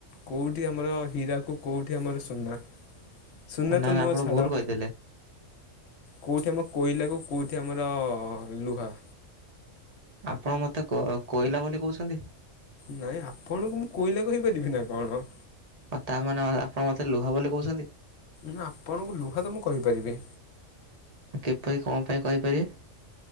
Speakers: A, on the left; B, on the right.
A: କେଉଁଠି ଆମର ହୀରାକୁ କେଉଁଠି ଆମର ସୁନା। ସୁନା
B: ନା
A: ତ
B: ନା
A: ନୁହଁ
B: ଆପଣ
A: ଛାଡ଼।
B: ଭୁଲ କହିଦେଲେ।
A: କୋଉଠି ଆମ କୋଇଲାକୁ କୋଉଠି ଆମର ଲୁହା।
B: ଆପଣ ମତେ କୋ କୋଇଲା ବୋଲି କହୁଛନ୍ତି।
A: ନାଇଁ ଆପଣଙ୍କୁ ମୁଁ କୋଇଲା କହିପାରିବି ନା କଣ?
B: ଆଉ ତା ମାନେ ଅ ଆପଣ ମତେ ଲୁହା ବୋଲି କହୁଛନ୍ତି।
A: ନା ଆପଣଙ୍କୁ ଲୁହା ତ ମୁଁ କହିପାରିବି।
B: କେବେ କଣ ପାଇଁ କହିପାରିବେ?